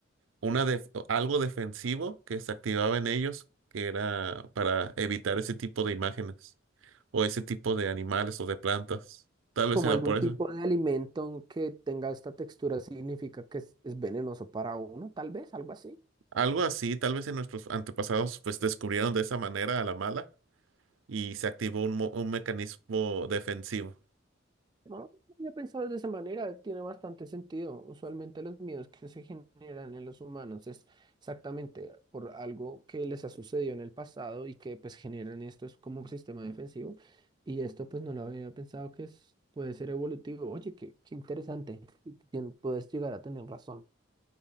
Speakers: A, on the right; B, on the right.
A: una def- algo defensivo que se activaba en ellos, que era para evitar ese tipo de imágenes o ese tipo de animales o de plantas. Tal
B: Como
A: vez era
B: algún
A: por
B: tipo
A: eso.
B: de alimento que tenga esta textura significa que es, es venenoso para uno, tal vez, algo así.
A: Algo así, tal vez en nuestros antepasados pues descubrieron de esa manera a la mala y se activó un, mo- un mecanismo defensivo.
B: No, yo he pensado de esa manera, tiene bastante sentido. Usualmente los miedos que se generan en los humanos es exactamente por algo que les ha sucedido en el pasado y que pues generan esto es como un sistema defensivo y esto pues no lo había pensado que es, puede ser evolutivo. Oye, qué, qué interesante. y tien- Puedes llegar a tener razón.